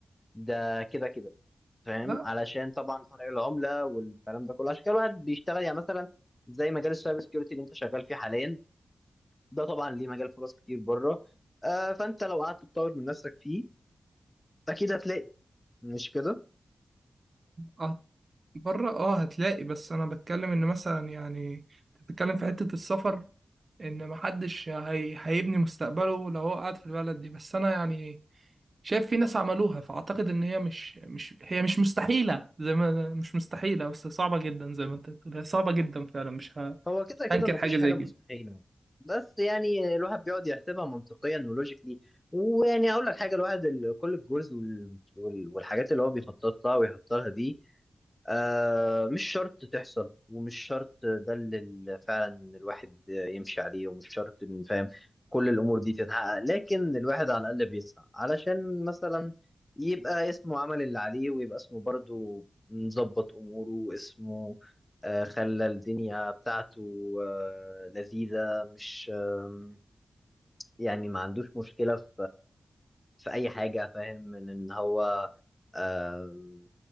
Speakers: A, on the left (about 15°); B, on the right (about 50°).
A: ده كده كده فاهم
B: لا
A: علشان طبعا فرق العملة والكلام ده كله عشان كده الواحد بيشتغل يعني مثلا زي مجال السايبر سكيورتي اللي انت شغال فيه حاليا ده طبعا ليه مجال فرص كتير بره آه فانت لو قعدت تطور من نفسك فيه اكيد هتلاقي مش كده
B: آه، بره اه هتلاقي بس انا بتكلم ان مثلا يعني أنت بتتكلم في حتة السفر ان محدش هي... هيبني مستقبله لو هو قاعد في البلد دي بس انا يعني شايف في ناس عملوها فاعتقد ان هي مش مش هي مش مستحيلة زي ما مش مستحيلة بس صعبة جدا زي ما انت بتقول هي صعبة جدا فعلا مش ه...
A: هو كده كده
B: هنكر
A: مفيش
B: حاجة زي
A: حاجة
B: كده
A: مستحيلة بس يعني الواحد بيقعد يحسبها منطقيا ولوجيكلي ويعني أقول لك حاجة الواحد ال- كل الجولز وال- وال- والحاجات اللي هو بيخطط لها ويحط لها دي آه مش شرط تحصل ومش شرط ده اللي ال- فعلا الواحد يمشي عليه ومش شرط إن فاهم كل الأمور دي تتحقق لكن الواحد على الأقل بيسعى علشان مثلا يبقى اسمه عمل اللي عليه ويبقى اسمه برضه مظبط أموره واسمه آه خلى الدنيا بتاعته آه لذيذة مش آه يعني ما عندوش مشكلة في في أي حاجة فاهم من إن هو آم،